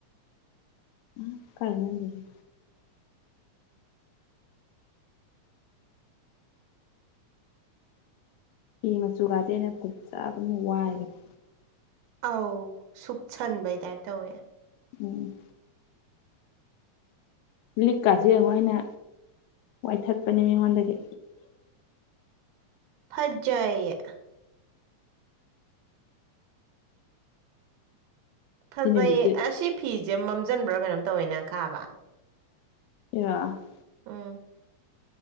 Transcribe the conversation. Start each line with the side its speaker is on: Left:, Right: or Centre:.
Left: ꯎꯝ ꯀꯥꯏꯅꯝꯗꯣꯁꯦ ꯐꯤ ꯃꯆꯨꯒꯥꯗꯤ ꯑꯩꯅ ꯐꯖꯕ ꯑꯃ ꯋꯥꯏꯕꯅꯦ
Right: ꯑꯧ ꯁꯨꯛꯁꯟꯕꯩ ꯇꯥꯏꯞ ꯇꯧꯋꯦ
Left: ꯎꯝ ꯂꯤꯛꯀꯥꯁꯦ ꯌꯦꯡꯉꯣ ꯑꯩꯅ ꯋꯥꯏꯊꯠꯄꯅꯤ ꯃꯤꯉꯣꯟꯗꯒꯤ
Right: ꯐꯠꯖꯩꯌꯦ ꯐꯖꯩꯌꯦ
Left: ꯁꯤ ꯅꯨꯃꯤꯠꯇꯤ
Right: ꯑꯁꯤ ꯐꯤꯁꯦ ꯃꯝꯖꯟꯕ꯭ꯔꯥ ꯀꯩꯅꯣꯝ ꯇꯧꯋꯦꯅ ꯈꯥꯕ
Left: <unintelligible>
Right: ꯎꯝ